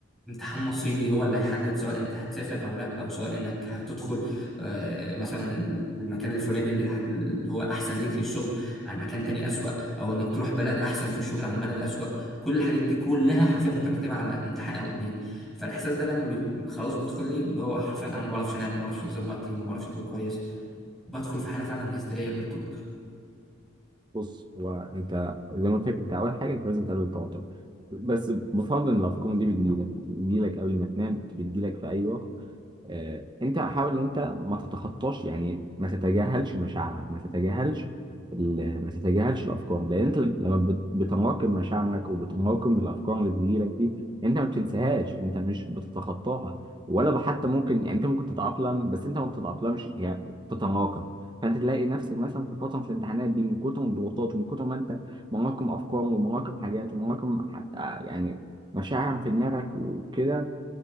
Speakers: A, in the centre; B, on the right (about 20°).
A: امتحان مصيري هو اللي هيحدد سواء انت هتسافر او لا او سواء انك هتدخل آه، مثلا المكان الفلاني اللي ه- اللي هو احسن ليك للشغل عن مكان تاني اسوأ او انك تروح بلد احسن في الشغل عن بلد اسوأ كل الحاجات دي كلها حرفيا مترتبه على امتحان او اتنين فالاحساس ده لما بي... خلاص بيدخل لي اللي هو حرفيا انا ما بعرفش انام ما بعرفش انظم وقتي ما بعرفش اكل كويس بدخل في حاله فعلا هستيريه من التوتر
B: بص هو انت زي ما قلت لك انت اول حاجه انت لازم تقلل التوتر بس بفضل ان الافكار دي بتجيلك بتجيلك قبل ما تنام بتجيلك في اي وقت آه، انت حاول ان انت ما تتخطاش يعني ما تتجاهلش مشاعرك ما تتجاهلش ال- ما تتجاهلش الافكار لان انت لما بت- بتراكم مشاعرك وبتراكم الافكار اللي بتجيلك دي انت ما بتنساهاش انت مش بتتخطاها ولا حتى ممكن يعني انت ممكن تتاقلم بس انت ما بتتاقلمش هي بتتراكم فانت تلاقي نفسك مثلا في فتره في الامتحانات دي من كتر الضغوطات ومن كتر ما انت مراكم افكار ومراكم حاجات ومراكم ح- يعني مشاعر في دماغك وكده